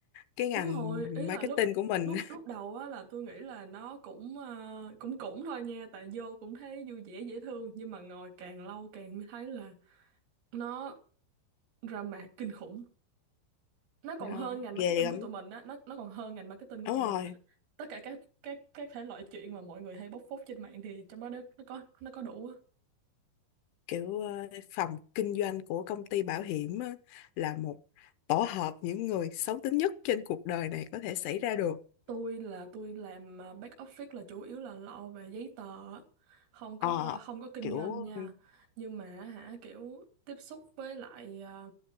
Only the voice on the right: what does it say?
Đúng rồi, ý là
lúc
lúc lúc đầu á là tôi nghĩ là nó cũng ờ, cũng cũng thôi nha, tại vô cũng thấy vui vẻ dễ thương nhưng mà ngồi càng lâu càng mới thấy là nó drama kinh khủng. Nó còn
hơn ngành
marketing
của tụi mình á, nó nó còn hơn ngành marketing của
tụi
mình á. Tất cả các các các thể loại chuyện mà mọi người hay bóc phốt trên mạng thì trong đó nó nó có nó có đủ á.
tôi là tôi làm à, back office là chủ yếu là lo về giấy tờ á. không có
à, không có kinh
doanh nha nhưng mà hả kiểu tiếp xúc với lại à,